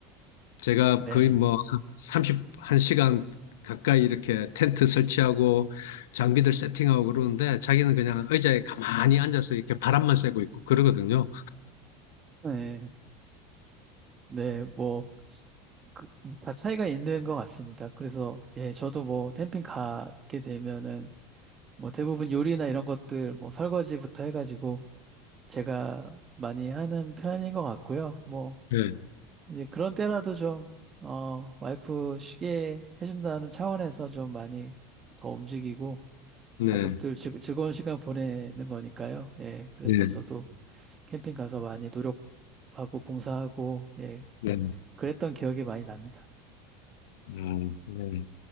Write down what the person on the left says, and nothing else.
제가
거의 뭐 31시간 가까이 이렇게 텐트 설치하고 장비들 세팅하고 그러는데 자기는 그냥 의자에 가만히 앉아서 이렇게 바람만 쐬고 있고 그러거든요.
네.
네.
네,
네,
아, 네.